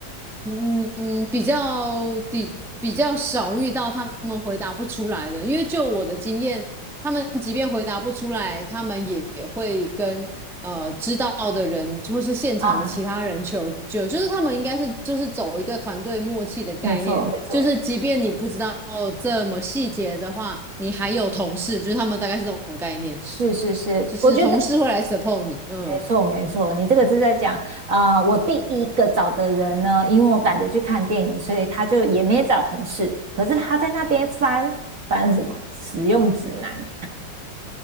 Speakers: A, in the centre; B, on the right (about 45°).
A: 嗯嗯，比较比比较少遇到他们回答不出来的，因为就我的经验，他们即便回答不出来，他们也也会跟呃知道的人或是现场的其他人求救，
B: 啊，
A: 就是他们应该是就是走一个团队默契的概念，
B: 没错，没错，
A: 就是即便你不知道这么细节的话，你还有同事，就是他们大概是这种概念。
B: 是是是，
A: 就是同事会来
B: 我觉得
A: support 你，嗯，
B: 没错没错。你这个是在讲，啊，我第一个找的人呢，因为我赶着去看电影，所以他就也没找同事，可是他在那边翻翻什么使用指南，